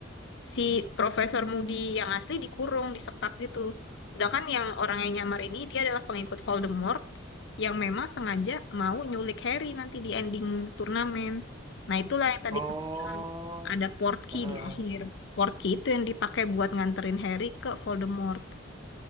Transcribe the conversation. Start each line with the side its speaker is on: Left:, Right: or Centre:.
Left: Si Profesor Moody yang asli dikurung, disekap gitu. Sedangkan yang orang yang nyamar ini dia adalah pengikut Voldemort yang memang sengaja mau nyulik Harry nanti di ending turnamen. Nah, itulah yang tadi
Right: Oh.
Left: kamu bilang ada portkey
Right: ha, ha.
Left: di akhir. Portkey itu yang dipakai buat nganterin Harry ke Voldemort.